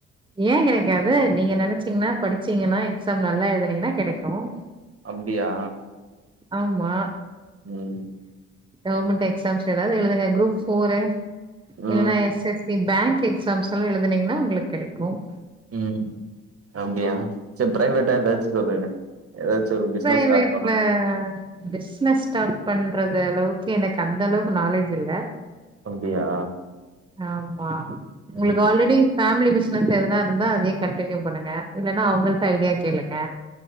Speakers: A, on the right; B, on the right.
A: ஏன் கெடைக்காது நீங்க நெனச்சீங்கன்னா படிச்சீங்கன்னா எக்ஸாம் நல்லா எழுதிங்கன்னா கெடைக்கும்
B: அப்டியா
A: ஆமா
B: ம்
A: கவர்மெண்ட் எக்ஸாம்ஸ் எதாவது எழுதுங்க குரூப் போரு இல்லன்னா
B: ம்
A: எஸ் எஸ் சி பேங்க் எக்ஸாம்ஸ்லா எழுதனீங்கன்னா உங்களுக்கு கெடைக்கும்
B: ம் அப்டியா செரி பிரைவேட்டா எதாச்சி சொல்லுங்க ஏதாச்சு ஒரு பிசினஸ்
A: பிரைவேட்ல
B: ஸ்டார்ட் பண்ணு
A: பிஸ்னஸ் ஸ்டாட் பண்றது அளவுக்கு எனக்கு அந்த அளவுக்கு நாலேஜி இல்ல
B: அப்டியா
A: ஆமா உங்களுக்கு
B: ம்
A: ஆல்ரெடி ஃபேமிலி பிஸ்னஸ் எதனா இருந்தா அதயே கன்டினியூ பண்ணுங்க இல்லன்னா அவங்கள்ட்ட ஐடியா கேளுங்க